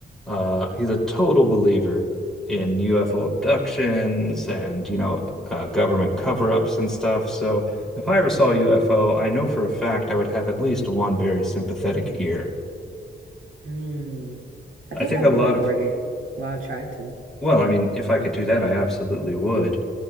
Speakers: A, in the centre; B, on the right.
A: uh he's a total believer in UFO abductions and, you know, uh, government cover-ups and stuff. So if I ever saw a UFO, I know for a fact I would have at least one very sympathetic ear.
B: Hmm. I
A: I
B: think
A: think
B: I
A: a
B: will
A: lot
B: record
A: of,
B: it. Well, I'll try to.
A: well, I mean, if I could do that, I absolutely would.